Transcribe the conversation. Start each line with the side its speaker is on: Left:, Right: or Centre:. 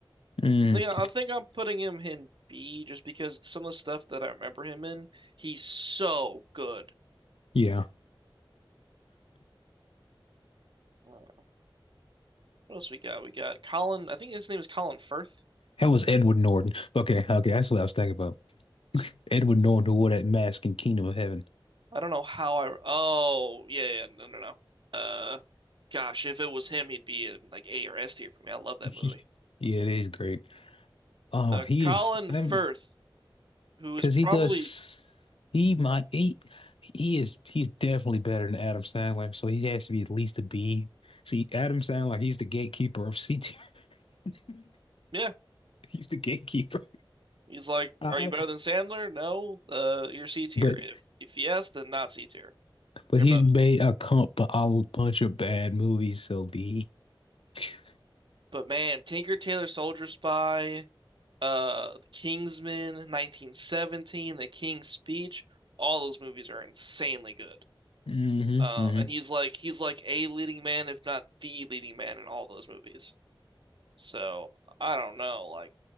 Left: Mm,
Right: I think I think I'm putting him in B just because some of the stuff that I remember him in, he's so good.
Left: yeah,
Right: Uh, what else we got? We got Colin. I think his name is Colin Firth.
Left: that was Edward Norton. Okay, okay, that's what I was thinking about. Edward Norton who wore that mask in Kingdom of Heaven.
Right: I don't know how I. Oh yeah, yeah, no, no, no. Uh, gosh, if it was him, he'd be in like A or S tier for me. I love that
Left: <laughs>
Right: movie.
Left: Yeah, it is great. Oh,
Right: Uh,
Left: he's.
Right: Colin
Left: I
Right: Firth,
Left: mean,
Right: who
Left: Cause
Right: is probably
Left: he does he might he he is he's definitely better than Adam Sandler, so he has to be at least a B. See, Adam Sandler, he's the gatekeeper of C tier. <laughs>
Right: yeah,
Left: He's the gatekeeper.
Right: He's like,
Left: I,
Right: "Are you better
Left: I-
Right: than Sandler? No. Uh, you're C tier.
Left: but
Right: If if yes, then not C tier.
Left: but
Right: You're
Left: he's
Right: above
Left: made
Right: it."
Left: a comp a whole bunch of bad movies, so B. <laughs>
Right: But man, Tinker Tailor Soldier Spy, uh, The Kingsman, 1917, The King's Speech, all those movies are insanely good.
Left: hmm
Right: Um,
Left: hmm
Right: and he's like he's like a leading man, if not the leading man in all those movies. So I don't know, like